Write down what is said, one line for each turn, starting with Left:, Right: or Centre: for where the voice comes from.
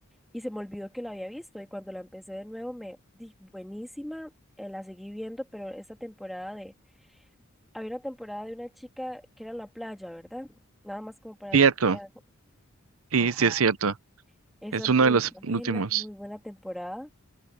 Centre: y se me olvidó que la había visto y cuando la empecé de nuevo me di buenísima, eh, la seguí viendo, pero esta temporada de... Había una temporada de una chica que era en la playa, ¿verdad? Nada más como para
Right: cierto.
Centre: recordar.
Right: Sí,
Centre: Ajá.
Right: sí es cierto.
Centre: Esa
Right: Es
Centre: es
Right: uno
Centre: muy
Right: de los
Centre: buena,
Right: últimos.
Centre: muy buena temporada.